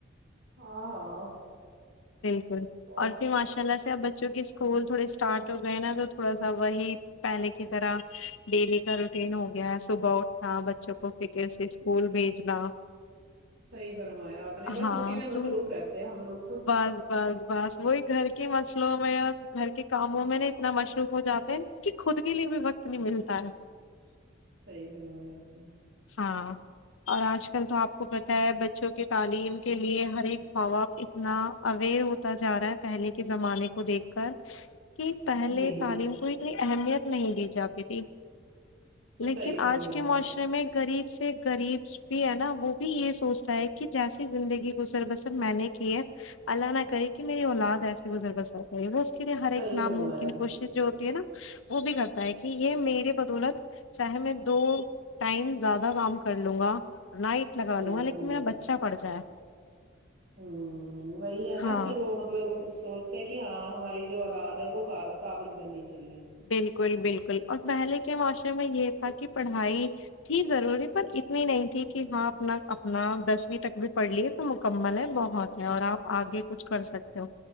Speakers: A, on the right (about 70°); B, on the left (about 80°).
A: ہاں ہاں
B: بالکل
A: تو
B: اور پھر ماشاء اللہ سے اب بچوں کے اسکول تھوڑے اسٹارٹ ہو گئے نا تو تھوڑا سا وہی پہلے کی طرح ڈیلی کا روٹین ہو گیا ہے صبح اٹھنا بچوں کو فکر سے اسکول بھیجنا
A: صحیح فرمایا آپ نے بس
B: ہاں
A: اسی میں مصروف
B: تو
A: رہتے ہیں ہم لوگ تو
B: بس بس بس وہی گھر کے مسلوں میں اور گھر کے کاموں میں نا اتنا مصروف ہو جاتے ہیں خود کے لیے بھی وقت نہیں ملتا ہے
A: صحیح فرمایا آپ نے
B: ہاں اور آج کل تو آپ کو پتہ ہے بچوں کے تعلیم کے لیے ہر ایک ماں باپ اتنا اوئر ہوتا جا رہا ہے پہلے کے زمانے کو دیکھ کر کہ پہلے
A: جی
B: تعلیم کو اتنی اہمیت نہیں دی جاتی تھی لیکن
A: صحیح فرمایا
B: آج کے معاشرے
A: آپ نے
B: میں غریب سے غریب بھی ہے نا وہ بھی یہ سوچتا ہے کہ جیسی زندگی گزر بسر میں نے کی ہے اللہ نہ کرے کہ میری اولاد ایسے گزر بسر وہ اس کے لیے ہر
A: صحیح
B: ایک ناممکن
A: فرمایا
B: کوشش جو ہوتی ہے نا وہ بھی کرتا ہے کہ یہ میرے بدولت چاہے میں دو ٹائم زیادہ کام کر لوں گا نائٹ لگا
A: صحیح
B: لوں گا
A: فرمایا
B: لیکن میرا بچہ پڑ جائے
A: ہوں وہی ہے نا
B: ہاں
A: کہ وہ مطلب سوچ کیا ہے کہ ہاں ہماری جو اولاد ہے وہ قا قابل بننی چاہیے
B: بالکل بالکل اور پہلے کے معاشرے میں یہ تھا کہ پڑھائی تھی ضروری پر اتنی نہیں تھی کہ ہاں اپنا اپنا دسویں تک بھی پڑھ لیے تو مکمل ہے بہت ہے اور آپ آگے کچھ کر سکتے ہو